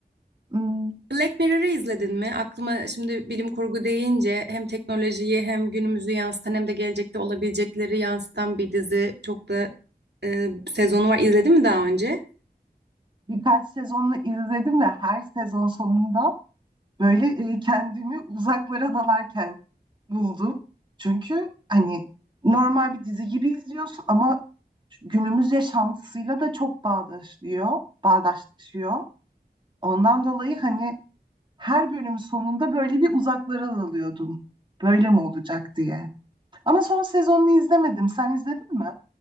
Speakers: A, on the right (about 30°); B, on the right (about 75°).
A: ım,
B: Black Mirror'ı izledin mi? Aklıma şimdi bilim kurgu deyince hem teknolojiyi hem günümüzü yansıtan hem de gelecekte olabilecekleri yansıtan bir dizi çok da e, sezonu var. İzledin mi daha önce?
A: birkaç sezonunu izledim ve her sezon sonunda böyle e, kendimi uzaklara dalarken buldum. Çünkü hani normal bir dizi gibi izliyorsun ama günümüz yaşantısıyla da çok bağdaşlıyor, bağdaşlaşıyor. Ondan dolayı hani her bölüm sonunda böyle bir uzaklara dalıyordum. Böyle mi olacak diye. Ama son sezonunu izlemedim. Sen izledin mi?